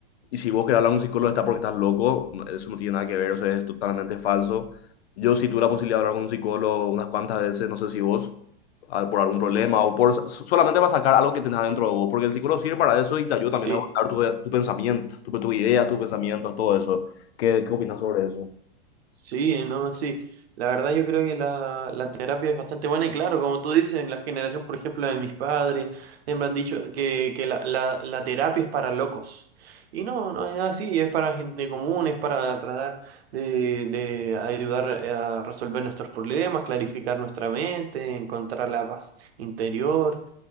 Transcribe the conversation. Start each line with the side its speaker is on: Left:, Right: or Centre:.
Left: y si vos querés hablar a un psicólogo está porque estás loco, no- eso no tiene nada que ver, o sea, es totalmente falso. Yo sí tuve la posibilidad de hablar con un psicólogo unas cuantas veces, no sé si vos, ah, por algún problema o por so, solamente para sacar algo que tenés adentro de vos, porque el psicólogo sirve para eso y te ayuda
Right: Sí.
Left: también a abordar tu, tu pensamiento, tu, tus ideas, tus pensamientos, todo eso. ¿Qué, qué opinas sobre eso?
Right: Sí, no, sí. La verdad yo creo que la, la terapia es bastante buena y claro, como tú dices, en la generación, por ejemplo, de mis padres, siempre han dicho que, que la, la, la terapia es para locos. Y no, no es así, es para gente común, es para tratar de, de ayudar eh, a resolver nuestros problemas, clarificar nuestra mente, encontrar la paz interior.